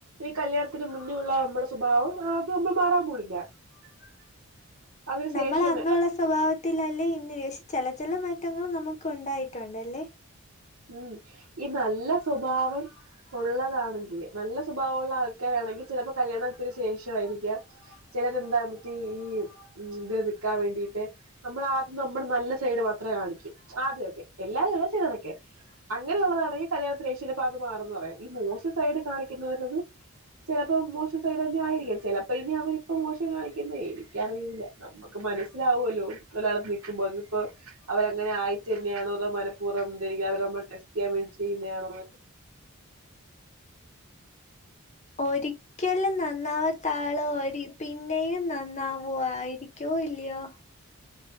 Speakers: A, on the right; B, on the left.
A: ഈ കല്യാണത്തിന് മുന്നെയുള്ള നമ്മുടെ സ്വഭാവം അത് ഒന്നും മാറാൻ പോണില്ല <inaudible>
B: നമ്മളെ
A: ശേഷം
B: അന്നുള്ള സ്വഭാവത്തിലല്ലേ ഇന്ന് പക്ഷെ ചില ചില മാറ്റങ്ങൾ നമുക്ക് ഉണ്ടായിട്ടുണ്ടല്ലേ
A: ഉം ഈ നല്ല സ്വഭാവം ഉള്ളതാണെങ്കില് നല്ല സ്വ സ്വഭാവമുള്ള ആൾക്കാരാണെങ്കിൽ ചിലപ്പോ കല്യാണം ത്തിന് ശേഷൊയിരിക്കാം ചിലരെന്താ മറ്റേ ഈ ഉം തില് നിക്കാൻ വേണ്ടീട്ട് നമ്മൾ ആദ്യം നമ്മളെ നല്ല സൈഡ് മാത്രേ കാണിക്കൂ ആദ്യൊക്കെ എല്ലാരുംല്ല ചിലരൊക്കെ അങ്ങനെയുള്ളതാണെ കല്യാണത്തിന്ഷ്യയില് പ്പത് മാറുംന്ന് പറയാം ഈ മോശം സൈഡ് കാണിക്കുന്നവര് ചെലപ്പം മോശം സൈഡ്ന്നെ ആയിരിക്കും ചിലപ്പോ ഇനി അവരിപ്പം മോശം കാണിക്കുന്നെ എനിക്കറിയൂല അ നമുക്ക് മനസ്സിലാവോല്ലോ ഒലാളത്ത് നിൽക്കുമ്പോൾ ഇതിപ്പോ അവരങ്ങനെ ആയിറ്റ് ന്നെയണോ അതോ മനഃപൂർവം ന്തെയിരികും അവരെ നമ്മെ ടെസ്റ്റ്യ്യാൻ വേണ്ടിട്ട് ചെയ്യുന്നേയാണോന്ന് ക്കെ
B: ഒരിക്കലും നന്നാവാത്താള് ഒരി പിന്നെയും നന്നാവോ ആയിരിക്കോ ഇല്ലയോ